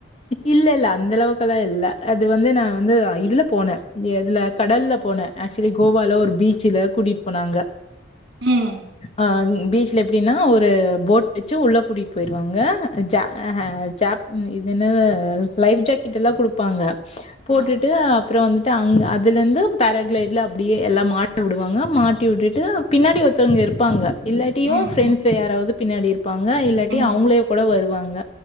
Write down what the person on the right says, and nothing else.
ம்
ஆ
ம்
ம்
ம்